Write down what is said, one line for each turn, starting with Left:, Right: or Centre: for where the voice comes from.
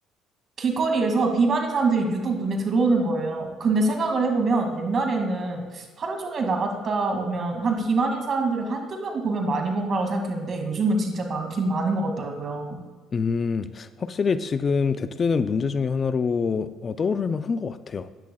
Right: 길거리에서 비만인 사람들이 유독 눈에 들어오는 거예요. 근데 생각을 해보면 옛날에는 하루 종일 나갔다 오면 한 비만인 사람들을 한두 명 보면 많이 본 거라고 생각했는데 요즘은 진짜 많긴 많은 것 같더라고요.
Left: 음, 확실히 지금 대두되는 문제 중에 하나로 어, 떠오를 만한 것 같아요.